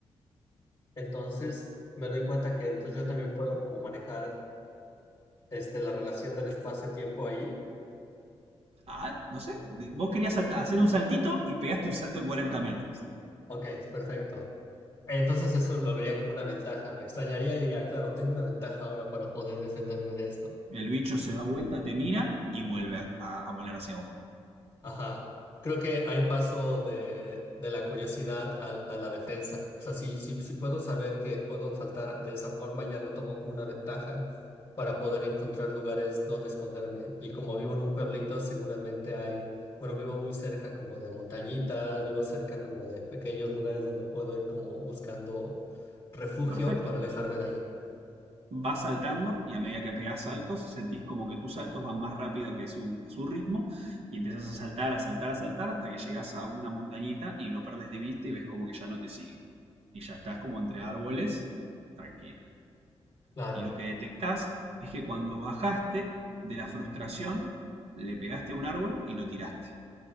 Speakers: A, on the left; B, on the right.
A: Entonces me doy cuenta que entonces yo también puedo como manejar este, la relación del espacio-tiempo ahí.
B: Ah, no sé, de- vos querías salta- hacer un saltito y pegaste un salto de 40 metros.
A: Ok, perfecto. Entonces eso lo vería como una ventaja. Me extrañaría y diría, claro, tengo una ventaja ahora para poder defenderme de esto.
B: El bicho se da vuelta, te mira y vuelve a, a- a volar hacia vos.
A: Ajá. Creo que ahí paso de, de la curiosidad al- a, la defensa. O sea, si, si, si puedo saber que puedo saltar de esa forma, ya lo tomo como una ventaja para poder encontrar lugares donde esconderme. Y como vivo en un pueblito, seguramente hay, bueno, vivo muy cerca como de montañitas, vivo cerca como de pequeños lugares donde puedo ir como buscando refugio
B: Perfecto.
A: para alejarme de allí.
B: vas saltando y a medida que pegás saltos, sentís como que tus saltos van más rápido que su, que su ritmo y empezás a saltar, a saltar, a saltar hasta que llegás a una montañita y lo perdés de vista y ves como que ya no te sigue. Y ya estás como entre árboles, tranquilo.
A: Claro.
B: Y lo que detectás es que cuando bajaste de la frustración, le pegaste a un árbol y lo tiraste.